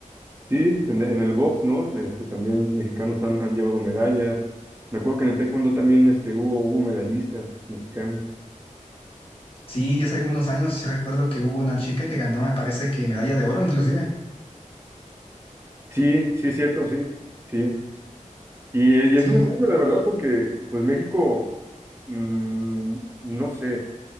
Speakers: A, on the right; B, on the left.
A: Sí, pues, en, en el box, ¿no? Este, también mexicanos han, han llevado medallas. Me acuerdo que en el taekwondo también este, hubo, hubo medallistas mexicanos.
B: Sí, ya hace algunos años sí recuerdo que hubo una chica que ganó, me parece que medalla de oro inclusive.
A: Sí, sí, cierto, sí, sí. Y, y
B: Sí,
A: es un orgullo, la verdad, porque pues México, mm, no sé,